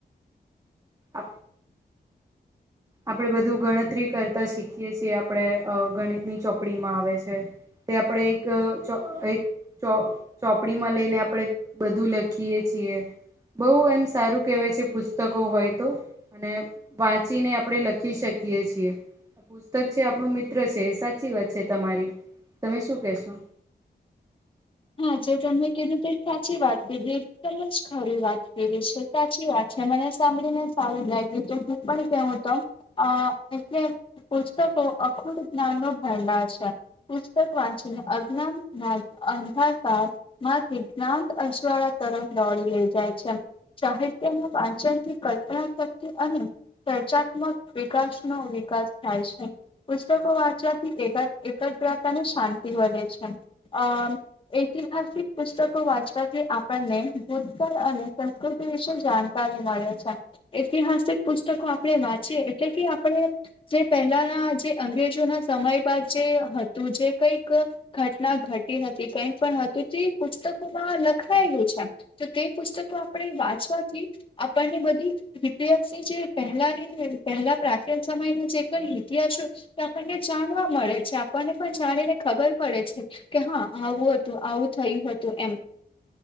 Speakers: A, on the right; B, on the left.
A: અ આપણેે બધું ગણતરી કરતા શીખીએ છીએ આપણે અ ગણિતની ચોપડીમાં આવે છે તે આપણે એક ચો એક ચો ચોપડી માં લઈને આપણે બધું લખીએ છીએ છીએ બઉ એમ સારું કહેવાય છે પુસ્તકો હોય તો અને વાંચીને આપણે લખી શકીએ છીએ પુસ્તક છે આપણું મિત્ર છે સાચી વાત છે તમારી તમે શું કેશો
B: હા જે તમે કીધું તે સાચી વાત કીધી એકદમ જ ખરી વાત કીધી છે સાચી વાત મને સાંભળીને સારું લાગ્યું તું હું પણ કેવું તો અ એટલે પુસ્તક અખુટ જ્ઞાન નો ભંડાર છે પુસ્તક વાંચીને અજ્ઞાન ના <unintelligible> માંથી જ્ઞાન અજવાળા તરફ દોડી લઈ જાય છે સાહિત્યના વાચનથી કલ્પના શક્તિ અને ચર્ચાત્મક વિકાસ ન વિકાસ થાય છે પુસ્તકો વાંચવાથી એકા એકાગ્રતા અને શાંતિ વધે છે અ ઐતિહાસિક પુસ્તકો વાંચવાથી આપણને ભૂતકાળ અને સંસ્કૃતિ વિશે જાણતા જાણકારી મળે છે ઐતિહાસિક પુસ્તકો આપણે વાંચીએ એટલે કે આપણે જે પહેલાના જે અંગ્રેજો ના સમય બાદ જે હતું જે કઈક ઘટના ઘટી હતી કઈક પણ હતું તે પુસ્તકોમાં લખાયેલું છે તો તે પુસ્તકો આપણે વાંચવાથી આપણને બધી ઇતિહાસની જે પહેલાની પહેલા પ્રાચીન સમયનો જે કઈ ઇતિહાસ આપણને જાણવા મળે છે આપણને પણ જાણીને ખબર પડે છે કે હા આવું હતું તો આવું થયું હતું એમ